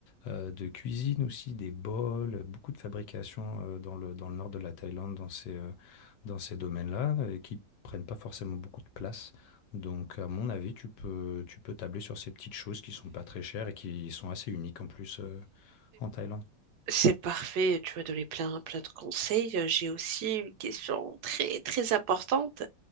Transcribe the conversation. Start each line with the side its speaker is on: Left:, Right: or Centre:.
Left: euh, de cuisine aussi, des bols, beaucoup de fabrication euh, dans le, dans le nord de la Thaïlande, dans ces, euh, dans ces domaines-là, euh, qui prennent pas forcément beaucoup de place. Donc, à mon avis, tu peux, tu peux tabler sur ces petites choses qui sont pas très chères et qui sont assez uniques en plus euh, en Thaïlande.
Right: C'est parfait, tu m'as donné plein, plein de conseils. Euh, J'ai aussi une question très, très importante.